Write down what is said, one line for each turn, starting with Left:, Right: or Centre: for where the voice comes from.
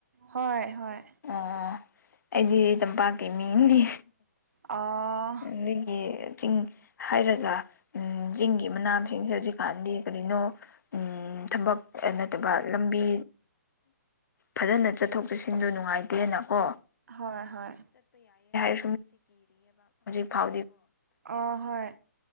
Right: ꯍꯣꯏ ꯍꯣꯏ
Left: ꯑꯣ ꯑꯩꯗꯤ ꯇꯝꯄꯥꯛꯀꯤ ꯃꯤ ꯂꯤ
Right: ꯑꯥ
Left: ꯑꯗꯒꯤ ꯆꯤꯡ ꯍꯥꯏꯔꯒ ꯎ ꯆꯤꯡꯒꯤ ꯃꯅꯥ ꯃꯁꯤꯡꯁꯦ ꯍꯧꯖꯤꯛꯀꯥꯟꯗꯤ ꯀꯔꯤꯅꯣ ꯎ ꯊꯕꯛ ꯅꯠꯇꯕ ꯂꯝꯕꯤ ꯐꯖꯅ ꯆꯠꯊꯣꯛ ꯆꯠꯁꯤꯟꯗ ꯅꯨꯡꯉꯥꯏꯇꯦꯅꯀꯣ
Right: ꯍꯣꯏ ꯍꯣꯏ
Left: ꯍꯧ ꯐ
Right: ꯑꯥ ꯍꯣꯏ